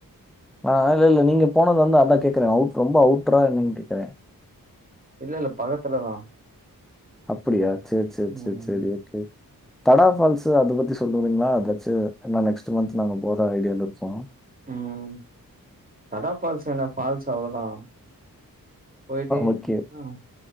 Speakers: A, in the centre; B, on the right.
A: ஆ இல்ல இல்ல நீங்க போனது வந்து அதா கேக்குற அவுட் ரொம்ப அவுட்ரா என்னன் கேக்கற
B: இல்ல இல்ல பகத்துலதா
A: அப்படியா செரி செரி
B: ம்
A: செரி செரி ஒகே தடா ஃபால்ஸ்ஸு அத பத்தி சொல்லறீங்களா அதச்சு நா நெக்ஸ்ட் மந்த் நாங்க போர ஐடியால இருக்கோ
B: ம் தடா ஃபால்ஸ் என்ன ஃபால்ஸ் அவ்ளோதா போய்ட்டு
A: ஓகே.
B: ஆ